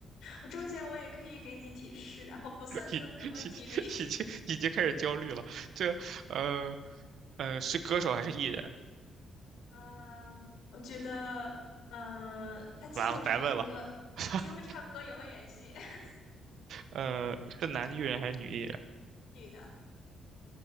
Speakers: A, on the left; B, on the right.
A: 我中间我也可以给你提示，然后不算做你的问题里。
B: 已已
A: <laughs>
B: 已经已经开始焦虑了，这，呃，呃，是歌手还是艺人？
A: 嗯，我觉得，嗯，他既会唱歌，
B: 完了，白问了。他
A: 既会唱歌也会演戏，
B: <laughs>
A: <laughs>
B: 呃是男艺人还是女艺人
A: 女的。